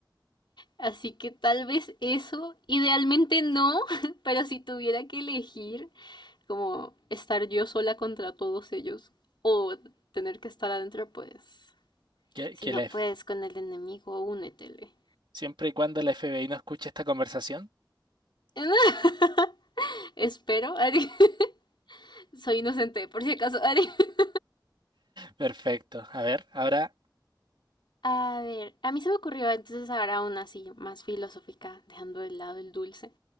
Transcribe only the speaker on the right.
Que,
que
la F-
siempre y cuando la FBI no escuche esta conversación.
Perfecto. A ver, ahora